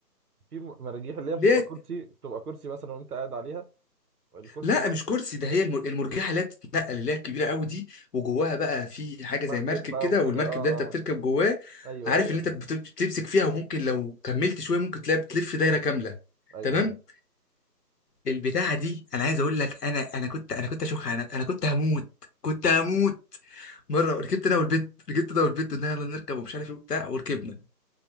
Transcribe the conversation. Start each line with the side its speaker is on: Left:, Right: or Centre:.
Right: في م- مراجيح اللي هي
Left: ليه
Right: بتبقى كرسي بتبقى كرسي مثلا وانت قاعد عليها الكرسي
Left: لا
Right: اللي هو
Left: مش كرسي ده هي المر- المرجحه اللي هي بتتنقل اللي هي الكبيره قوي دي وجواها بقى في حاجه
Right: مركب
Left: زي مركب
Right: بقى
Left: كده
Right: وكده
Left: والمركب
Right: اه اه
Left: ده انت بتركب
Right: آه.
Left: جواه
Right: ايوه
Left: عارف
Right: ايوه
Left: ان انت بت- بتمسك فيها وممكن لو كملت شويه ممكن تلاقي بتلف دايره كامله
Right: ايوه
Left: تمام
Right: ايوه
Left: البتاعه دي انا عايز اقول لك انا انا كنت انا كنت اشوخ انا انا كنت هموت كنت هموت مره ركبت انا والبت ركبت انا والبت قلنا يلا نركب ومش عارف ايه وبتاع وركبنا